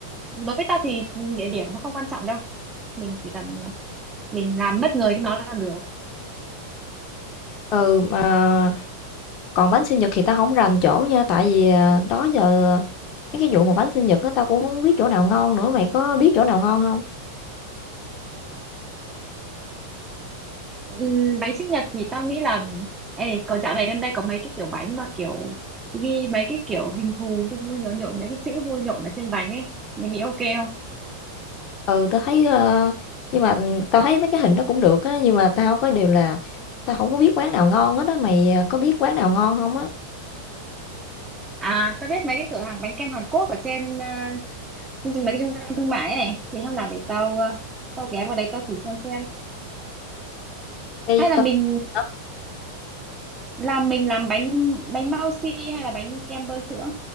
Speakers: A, on the right; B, on the left.
A: Đối với tao thì địa điểm nó không quan trọng đâu. Mình chỉ cần mình làm bất ngờ cho nó là được
B: Ừ, mà Còn bánh sinh nhật thì tao không rành chỗ nha, tại vì, à, đó giờ mấy cái vụ mà bánh sinh nhật á, tao cũng không biết chỗ nào ngon nữa, mày có biết chỗ nào ngon không?
A: Ừm, bánh sinh nhật thì tao nghĩ là ê có dạo này gần đây có mấy cái kiểu bánh mà kiểu ghi mấy cái kiểu hình thù vui vui nhộn nhộn mấy cái chữ vui nhộn ở trên bánh ấy mình nghĩ ok không
B: Ừ, tao thấy, ơ nhưng mà, ừm, tao thấy mấy cái hình đó cũng được á, nhưng mà tao có điều là tao không có biết quán nào ngon hết á, mày, à, có biết quán nào ngon không á?
A: à tao biết mấy cái cửa hàng bánh kem Hàn Quốc ở trên ờ, trên trên mấy cái trung tâm thương mại ấy này thì hôm nào để tao ờ, tao ghé vào đấy tao thử xem xem
B: Ê,
A: hay là
B: tao
A: mình
B: hả?
A: làm mình làm bánh bánh bao xi hay là bánh kem bơ sữa